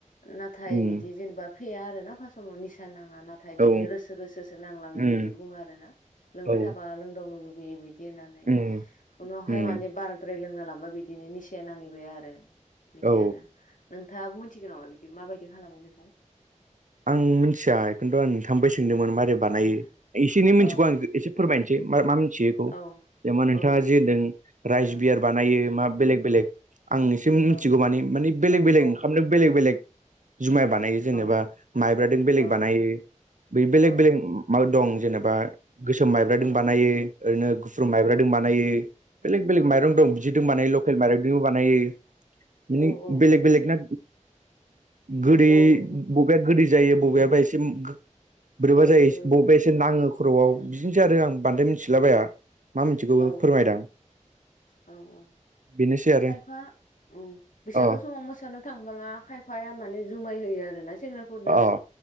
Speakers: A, on the left; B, on the right.
A: नाथाय
B: उम
A: बिदि जेनेबा फेया आरोना समाव निसा नाङा नाथ नाथाय
B: औ
A: बिदि रोसो रोसोसो नांलाङो
B: उम
A: बिदि बुङो आर ना लोंबाय
B: औ
A: थाबा लोंदावनो लुुबैयो बिदि बिदि होननानै
B: उम
A: उनावहाय
B: उम
A: माने बाराद्राय लोंना लांबा बिदिनो निसाया नांहैबाय आरो बिदि
B: औ
A: आरो नोंथाङाबो मिथिगोन नामा बिदि माबायदि खालामो बेखौ
B: आं मिथिया। खिन्थु आं नोंथांनिफ्राय सोंदोंमोन मारोरै बानायो
A: औ
B: एसे एनि
A: औ
B: मिथिखौ आं एसे फोरमायनोसै म मा मोनथियो बेखौ
A: औ
B: जेनबा नोंथाङा
A: औ
B: जे होनदों राइस
A: जागोन
B: बियार
A: नोंथां
B: बानायो मा बेलेग बेलेग आंनि मिथिगौ
A: औ
B: मानि मानि बेलेग
A: औ
B: बेलेग
A: औ
B: ओंखामनो बेलेग बेलेग जुमाय बानायो जेनेबा
A: औ
B: मायब्रादों बेलेग
A: औ
B: बानायो बे बेलेग
A: औ
B: बेलेग माबा दं जेनेबा गोसोम माइब्राजों
A: ओं
B: बानायो ओरैनो गुफ्रुर माइब्राजों
A: औ
B: बानायो बेलेग बेलेग
A: औ
B: माइरं
A: नंगौ नोंथां
B: बिदि दं मानाय ल लकेल माइरंजोंबो बानायो माने
A: औ औ
B: बेलेग बेलेगना गोदै
A: औ नंगौ नोंथां
B: बबेया गोदै जायो बबेयाबा एसे बोरैबा
A: औ
B: जायो
A: नंगौ नोंथां
B: बबेबा
A: नंगौ
B: एसे नाङो खर'आव बिदिनोसै आरो आं बांद्राय मिथिलाबाया मा मिथिगौ
A: औ
B: फोरमायदां
A: औ औ
B: बेनोसै आरो
A: खायफा औ बैसागो
B: अ
A: समाव मोसानो थांबोला खायफाया माने जुमाय होयो आरोना सेंग्राफोरनोहाय
B: अ